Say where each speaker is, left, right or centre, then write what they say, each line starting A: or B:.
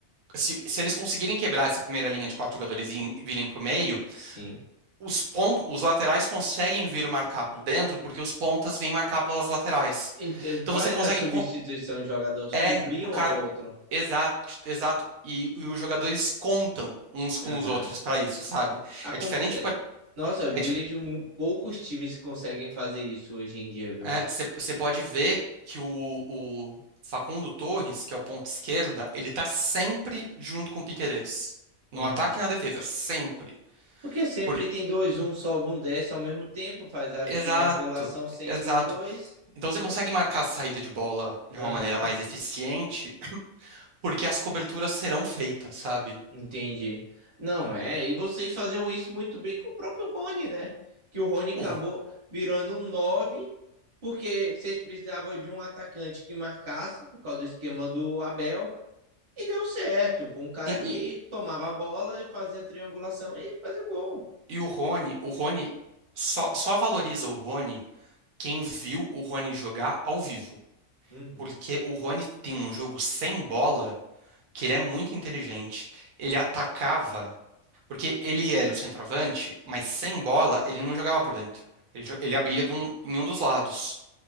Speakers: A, on the right; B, on the right.
A: Se, se eles conseguirem quebrar essa primeira linha de quatro jogadores e virem para o meio,
B: sim.
A: os, pontos, os laterais conseguem vir marcar por dentro porque os pontas vêm marcar pelas laterais.
B: Ent-
A: Então
B: Faz
A: você consegue.
B: a substituição,
A: co-
B: os jogadores
A: É
B: cobrir
A: o
B: um
A: cara.
B: ao outro.
A: Exato, exato. E, e os jogadores contam uns com
B: Aham.
A: os outros para isso, sabe?
B: Aconte...
A: É diferente. por-
B: Nossa, eu vejo
A: É, di-
B: mu- poucos times que conseguem fazer isso hoje em dia, viu?
A: é, você você pode ver que o, o Facundo Torres, que é o ponto esquerda, ele tá sempre junto com o Piquerez.
B: Uhum.
A: No ataque e na defesa, sempre.
B: Porque sempre
A: Porque,
B: tem dois, um sobe, um desce ao mesmo tempo, faz a
A: exato.
B: triangulação sempre
A: Exato.
B: os dois.
A: Então você consegue marcar a saída de bola de
B: Aham,
A: uma maneira mais eficiente, porque as coberturas serão feitas, sabe?
B: entendi. Não, é, e vocês faziam isso muito bem com o próprio Rony, né? Que o Rony acabou
A: O-
B: virando um 9, porque vocês precisavam de um atacante que marcasse, por causa do esquema do Abel, E deu certo, pô, um cara
A: e,
B: que
A: e-
B: tomava a bola, fazia a triangulação e fazia o gol.
A: e o Rony, o Rony só, só valoriza o Rony quem viu o Rony jogar ao vivo.
B: Uhum,
A: Porque o Rony tem um jogo sem bola que ele é muito inteligente. Ele atacava, porque ele era o centroavante,
B: sim.
A: mas sem bola ele não jogava por dentro. Ele, jo- ele abria de um- em um dos lados